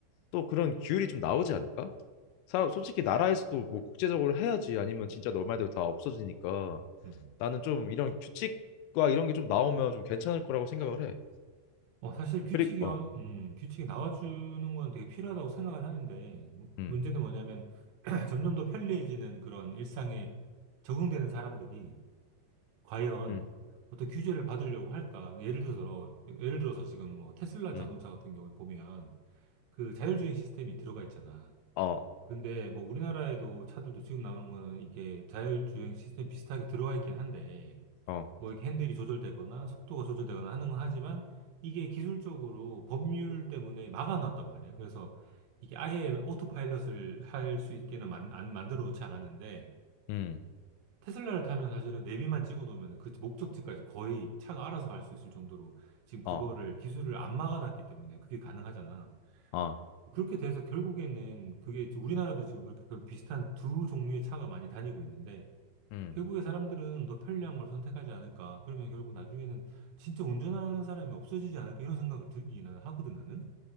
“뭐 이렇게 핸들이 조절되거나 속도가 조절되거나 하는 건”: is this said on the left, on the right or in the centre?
Right